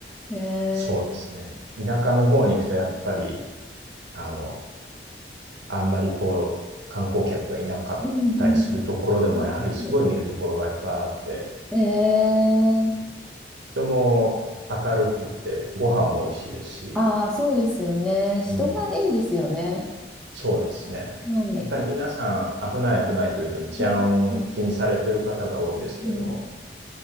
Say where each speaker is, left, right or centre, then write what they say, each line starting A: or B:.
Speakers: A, in the centre; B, on the right.
A: えー、
B: そうですね。田舎の方に行くと、やっぱり、あの、あんまりこう、観光客がいなかったりするところでも、
A: うんうん。はいはい
B: やはりすごい見るところがいっぱいあって、
A: えー
B: 人も明るくて、ご飯も美味しいですし、
A: ああ、そうですよね。人がいいですよね。
B: うん、そうですね。
A: うん。ね
B: やっぱり皆さん危ない危ないというふうに治安気にされてる方が多いですけれども、
A: うんうんうん、